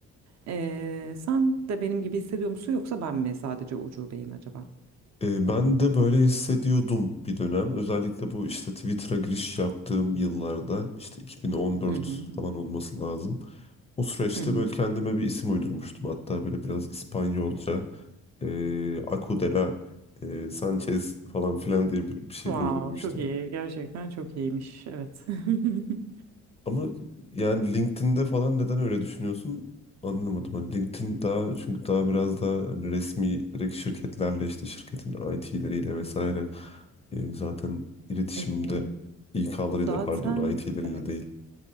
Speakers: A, on the right; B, on the left.
A: Eee, sen de benim gibi hissediyor musun yoksa ben mi sadece ucubeyim acaba?
B: Ee, ben de böyle hissediyordum bir dönem. Özellikle bu işte Twitter'a giriş yaptığım yıllarda işte 2014
A: Hı hı hı. hı.
B: falan olması lazım. O süreçte
A: Hı hı.
B: böyle kendime bir isim uydurmuştum. Hatta böyle biraz İspanyolca e, Acudela e, Sanchez falan filan diye bir bir şey
A: Wow,
B: uydurmuştum.
A: çok iyi. Gerçekten çok iyiymiş. Evet. <laughs>
B: Ama yani LinkedIn'de falan neden öyle düşünüyorsun anlamadım. Hani LinkedIn daha çünkü daha biraz daha hani resmi direkt şirketlerle işte şirketin IT'leriyle vesaire e, zaten iletişimde
A: Ee,
B: İK'larıyla
A: zaten
B: pardon IT'leriyle
A: evet.
B: değil